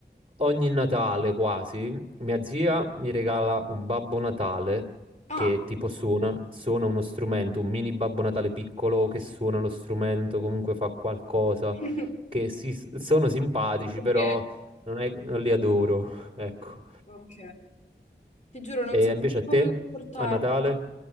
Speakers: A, on the right (about 35°); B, on the left (about 40°).
A: ogni Natale quasi, mia zia mi regala un Babbo Natale
B: Ah.
A: che tipo suona, suona uno strumento, un mini Babbo Natale piccolo che suona lo strumento, comunque fa qualcosa,
B: <laughs>
A: che si- sono simpatici,
B: Ok,
A: però non è- non li adoro, ecco.
B: ok. Ti giuro, non
A: E
B: so
A: invece a
B: come
A: te,
B: comportarmi.
A: a Natale,